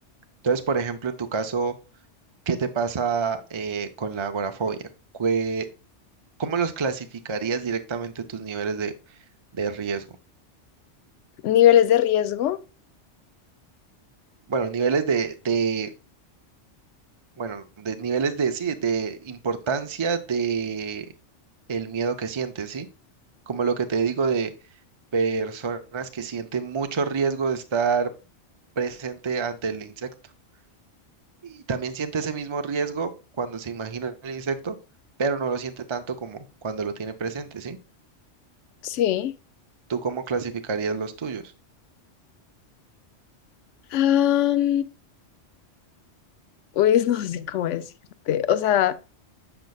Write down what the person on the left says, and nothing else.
¿Niveles de riesgo?
Sí.
Am, uy, <laughs> no sé cómo decirte. O sea,